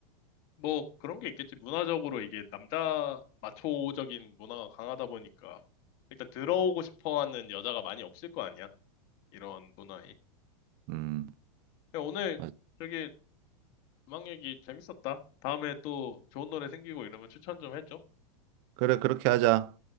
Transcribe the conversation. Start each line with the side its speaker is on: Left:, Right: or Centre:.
Left: 뭐 그런 게 있겠지. 문화적으로 이게 남자 마초적인 문화가 강하다 보니까 일단 들어오고 싶어 하는 여자가 많이 없을 거 아니야. 이런 문화에.
Right: 음,
Left: 야, 오늘
Right: 맞-
Left: 저기 음악 얘기 재밌었다. 다음에 또 좋은 노래 생기고 이러면 추천 좀 해줘.
Right: 그래, 그렇게 하자.